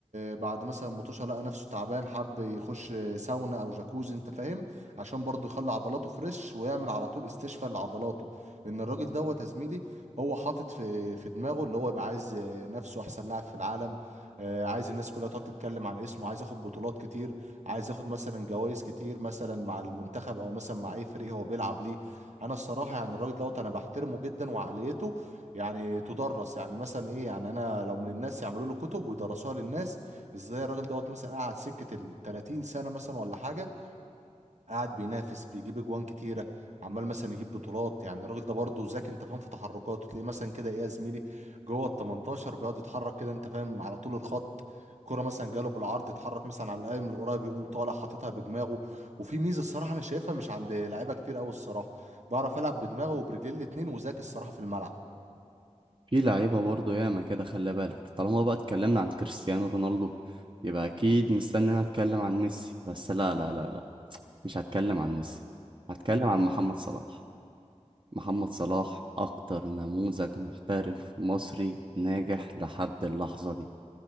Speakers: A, on the right (about 75°); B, on the right (about 45°).
A: بعد مثلا مطوشه لقى نفسه تعبان حب يخش ساونا او جاكوزي انت فاهم عشان برضه يخلي عضلاته فريش ويعمل على طول استشفاء لعضلاته لان الراجل دوت يا زميلي هو حاطط في في دماغه اللي هو يبقى عايز نفسه احسن لاعب في العالم آه، عايز الناس كلها تقعد تتكلم عن اسمه عايز ياخد بطولات كتير عايز ياخد مثلا جوائز كتير مثلا مع المنتخب او مثلا مع اي فريق هو بيلعب ليه انا الصراحه يعني الراجل دوت انا بحترمه جدا وعقليته يعني تدرس يعني مثلا ايه يعني انا لو من الناس يعملوا له كتب ويدرسوها للناس ازاي الراجل دوت مثلا قعد سكه ال 30 سنه مثلا ولا حاجه قاعد بينافس بيجيب اجوان كتيره عمال مثلا يجيب بطولات يعني الراجل ده برضه ذكي انت فاهم في تحركاته تلاقيه مثلا كده ايه يا زميلي جوه ال 18 بيقعد يتحرك كده انت فاهم على طول الخط كرة مثلا جاله بالعرض اتحرك مثلا على القايم القريب يقوم طالع حاططها بدماغه وفي ميزه الصراحه انا شايفها مش عند لعيبه كتير قوي الصراحه بيعرف يلعب بدماغه وبرجليه الاتنين وذكي الصراحه في الملعب
B: في لعيبة برضه ياما كده خلي بالك طالما بقى اتكلمنا عن كريستيانو رونالدو يبقى أكيد مستني أنا أتكلم عن ميسي بس لا لا لا لا مش هتكلم عن ميسي هتكلم عن محمد صلاح محمد صلاح أكتر نموذج محترف مصري ناجح لحد اللحظة دي